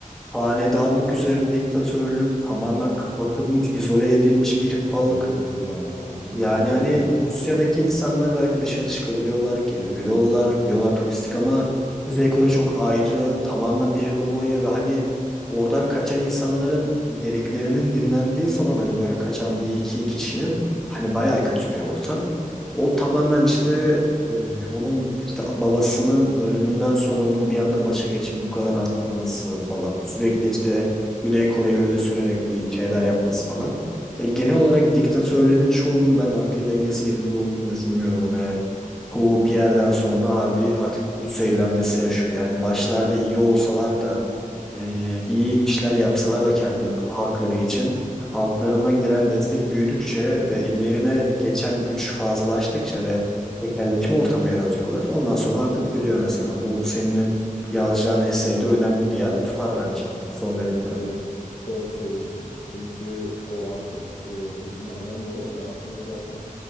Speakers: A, in the centre; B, on the left.
A: hanedanlık üzerine diktatörlük tamamen kapatılmış izole edilmiş bir halk
B: Evet ya o inanılmaz
A: Yani hani
B: yani.
A: Rusya'daki insanlar belki dışarı çıkabiliyorlar, gezebiliyorlar, gidiyorlar turistik ama Kuzey Kore çok ayrı, tamamen bir hegemonya ve hani oradan kaçan insanların dediklerinin dinlendiği zaman hani böyle kaçan bir iki kişinin hani bayağı kötü bir ortam. O tamamen işte e, onun işte babasının ölümünden sonra onun bir anda başa geçip bu kadar arttırması falan sürekli işte Güney Kore'yi öne sürerek bir şeyler yapması falan. Ya genel olarak diktatörlerin çoğunun ben akli dengesi yerinde olduğunu düşünmüyorum ve bu bir yerden sonra harbi artık güç zehirlenmesi yaşıyor. Yani başlarda iyi olsalar da e, iyi işler yapsalar da kendi halkları için halklarından gelen destek büyüdükçe ve ellerine geçen güç fazlalaştıkça ve tekelleşme ortamı yaratıyorlar. Ondan sonra akıp gidiyor mesela. Bu senin yazacağın eseyde önemli bir yer Bu tutar bence son dediklerim.
B: Evet doğru söylüyorsun. Çünkü o artık e, hızını alamıyorlar ve aslında zaten